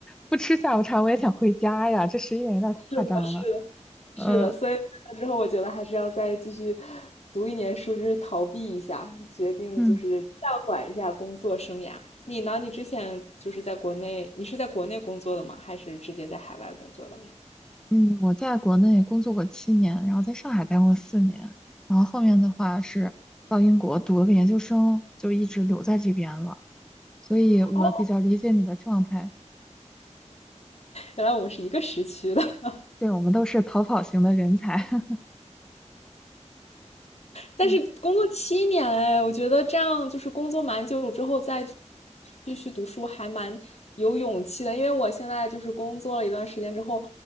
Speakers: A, in the centre; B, on the left.
A: 不吃下午茶，我也想回家呀。这十一点有点太夸张了。
B: 吃的是是的，
A: 呃
B: 所以之后我觉得还是要再继续读一年书，就是逃避一下，决定就是暂缓一下工作生涯。
A: 嗯。
B: 你呢？你之前就是在国内，你是在国内工作的吗？还是直接在海外工作的呀？
A: 嗯，我在国内工作过七年，然后在上海待过四年，然后后面的话是到英国读了个研究生，就一直留在这边了。所以我比较理解你的状态，
B: 哦，原来我们是一个时区的。
A: 对，我们都是逃跑型的人才。<laughs>
B: 但是工作七年哎，
A: 对，
B: 我觉得这样就是工作蛮久之后再继续读书还蛮有勇气的，因为我现在就是工作了一段时间之后，